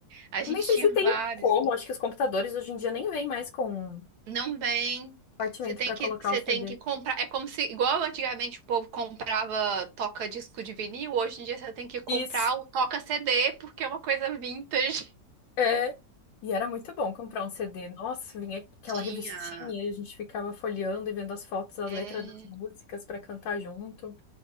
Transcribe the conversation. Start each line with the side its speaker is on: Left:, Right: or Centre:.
Right: A gente
Left: Eu nem sei
Right: tinha
Left: se tem
Right: vários.
Left: como. Acho que os computadores hoje em dia nem vêm mais com
Right: Não vem.
Left: compartimento
Right: Você tem
Left: para
Right: que,
Left: colocar
Right: você
Left: o CD.
Right: tem que comprar. É como se, igual antigamente o povo comprava toca disco de vinil, hoje em dia você tem que comprar
Left: Isso.
Right: o toca CD, porque é uma coisa vintage.
Left: É. E era muito bom comprar um CD. Nossa, vinha aquela
Right: Tinha.
Left: revistinha e a gente ficava folheando e vendo as fotos, as
Right: É,
Left: letras das músicas pra cantar junto.